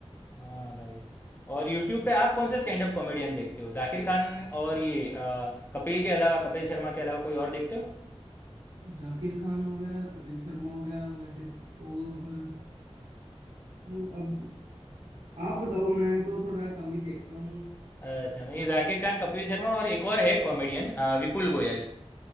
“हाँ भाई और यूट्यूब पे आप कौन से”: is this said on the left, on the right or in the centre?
Left